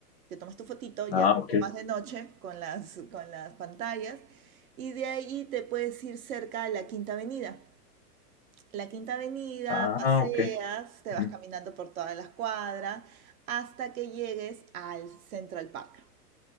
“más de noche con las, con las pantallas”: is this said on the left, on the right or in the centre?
Right